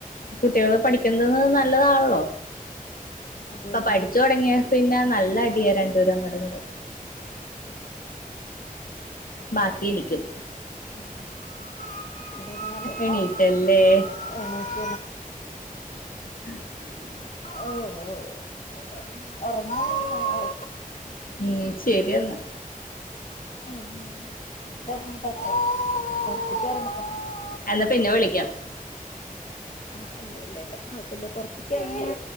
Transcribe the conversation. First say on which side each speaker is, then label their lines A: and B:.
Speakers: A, on the left; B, on the left.
A: കുട്ടികൾ പഠിക്കുന്നത് നല്ലതാണല്ലോ
B: അതെ
A: ഇപ്പൊ
B: അതെ
A: പഠിച്ചു
B: അതെ
A: തുടങ്ങിയ പിന്നെ നല്ല അടിയായി രണ്ട് പേരും അങ്ങോടും ഇങ്ങോടും
B: ഉം ഉം
A: ബാക്കി എനിക്കും
B: <unintelligible>
A: എണീറ്റല്ലേ <inaudible>
B: ഓ ഓ ഒറങ്ങ് ഒറങ്
A: ഉം ശരി എന്നാ
B: <unintelligible>
A: എന്നാ പിന്നെ വിളിക്കാം
B: ആഹ് ഇല്ല ഇല്ല ഇല്ല കൊഴപ്പില്ല പൊറത്തേക്ക്‌റങ്ങിയാ